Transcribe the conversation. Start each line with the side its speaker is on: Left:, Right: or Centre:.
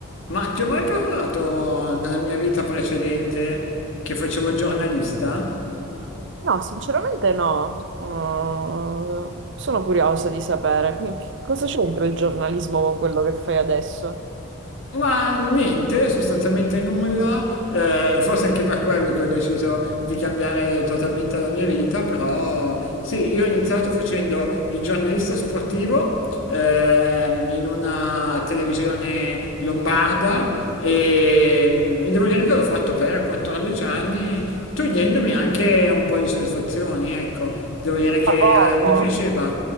Left: Ma ti ho mai parlato nella mia vita precedente che facevo il giornalista?
Right: No, sinceramente no. Uh, sono curiosa di sapere, quindi che cosa c'entra il giornalismo con quello che fai adesso?
Left: Ma niente, sostanzialmente nulla, eh, forse anche per quello che ho deciso di cambiare totalmente la mia vita, però sì, io ho iniziato facendo il giornalista sportivo ehm, in una televisione lombarda e, mm, e devo dire che l'ho fatto per 14 anni, togliendomi anche un po' di soddisfazioni, ecco, devo dire che
Right: A poco,
Left: eh, mi piaceva.